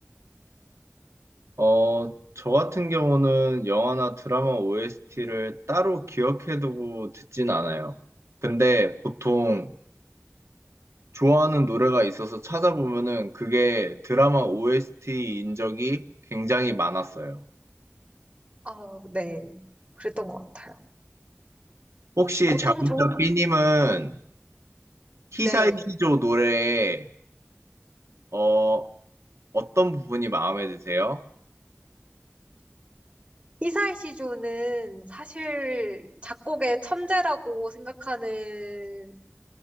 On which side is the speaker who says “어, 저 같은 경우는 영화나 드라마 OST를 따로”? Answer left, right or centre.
Right